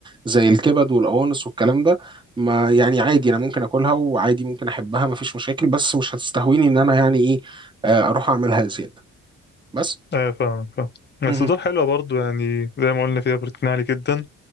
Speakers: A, on the right; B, on the left.
A: زي الكبد والقوانص والكلام ده ما يعني عادي انا ممكن اكلها وعادي ممكن احبها ما فيش مشاكل بس مش هتستهويني ان انا يعني ايه آه، اروح اعملها زياده بس
B: أيوة فاهم فاهم الصدور
A: مهم.
B: حلوة برضو يعني زي ما قلنا فيها بروتين عالي جدا